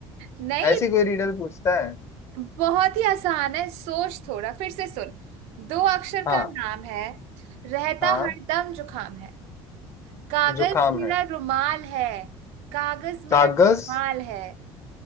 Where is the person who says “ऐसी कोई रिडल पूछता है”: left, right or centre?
Left